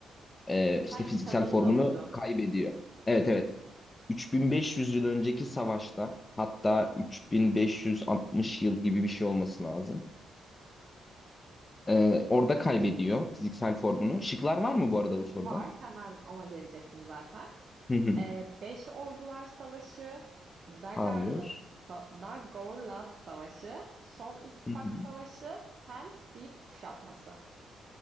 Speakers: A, on the left; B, on the right.
A: e,
B: Ha,
A: işte
B: sen
A: fiziksel
B: kitabını
A: formunu
B: da okudun.
A: kaybediyor. Evet evet. 3500 yıl önceki savaşta hatta 3560 yıl gibi bir şey olması lazım. E, orada kaybediyor fiziksel formunu. Şıklar var mı bu arada bu soruda?
B: Var. Hemen ona gelecektim zaten.
A: Hı hı.
B: Ee, Beş Ordular Savaşı, Dagorlat,
A: Hayır.
B: Sa- Dagorlat Savaşı, Son İttifak
A: Hı hı.
B: Savaşı, Hems Deyip Kuşatması.